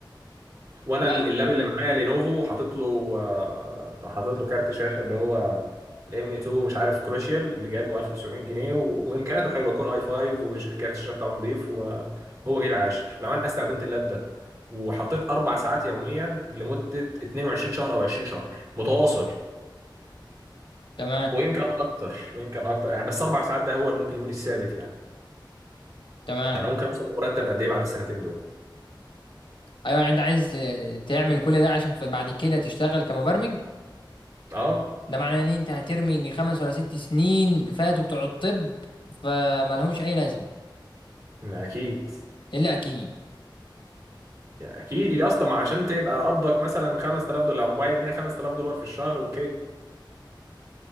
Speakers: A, on the right (about 45°); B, on the left (about 75°).
A: وانا
B: لا
A: ال- اللاب اللي معايا لينوفو حاطط له آه، حاطط له كارت شاشه اللي هو الام 2 مش عارف كروشيال اللي جابه 1900 جنيه و- وامكانياته حلوه كور اي 5 وكارت الشاشه بتاعه نضيف وهو جيل عاشر لو انا استخدمت اللاب ده وحطيت اربع ساعات يوميا لمده 22 شهر او 20 شهر متواصل
B: تمام
A: ويمكن اكتر ويمكن اكتر يعني بس اربع ساعات ده هو اللي ممكن يكون الثابت يعني
B: تمام
A: ده انا ممكن اوصل لمرتب قد ايه بعد السنتين دول
B: ايوه انت عايز تعمل كل ده عشان ف- بعد كده تشتغل كمبرمج
A: اه
B: ده معناه ان انت هترمي يجي خمس ولا ست سنين فاتوا بتوع الطب فمالهمش اي لازمه
A: ما اكيد
B: الا اكيد
A: يا اكيد يا اسطى ما عشان تبقى قبضك مثلا 5000 دولار لو هو يدينا 5000 دولار في الشهر اوكي